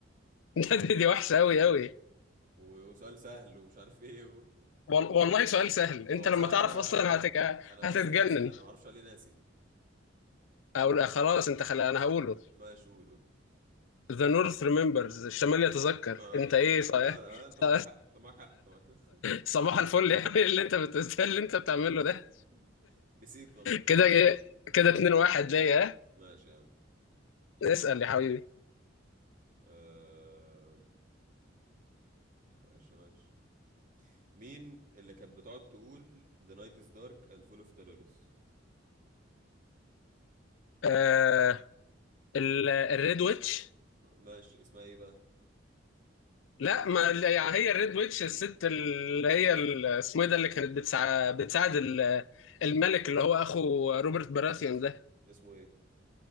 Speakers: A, on the left; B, on the right.
A: <laughs> لا دي, دي وحشة قوي قوي
B: و- وسؤال سهل ومش عارف ايه و...
A: وال... والله سؤال سهل انت
B: ما هو
A: لما
B: سهل
A: تعرف
B: انا
A: اصلا
B: انا
A: هتج...
B: انا
A: هتتجنن
B: بس ناسي انا ما اعرفش عليه ناسي
A: اقول خلاص انت خلي انا هقوله
B: ماشي قول قول.
A: The North remembers الشمال يتذكر
B: اه
A: انت ايه
B: لا
A: صحيح
B: لا لا، انت معاك
A: <laughs>
B: حق انت معاك حق انت معاك حق.
A: صباح الفل يعني اللي انت بت... اللي انت بتعمله
B: <laughs>
A: ده
B: نسيت والله
A: كده ايه كده 2 1 ليا
B: ماشي يا عم
A: اسأل يا حبيبي
B: آه... ماشي ماشي مين اللي كانت بتقعد تقول The night is dark and full of terrorists
A: آه ال- الريد ويتش
B: ماشي اسمها ايه بقى
A: لا ما يعني هي الريد ويتش الست اللي هي ال- اسمه ايه ده اللي كانت بتساعد بتساعد ال- الملك اللي هو اخو روبرت براثيان ده
B: اسمه ايه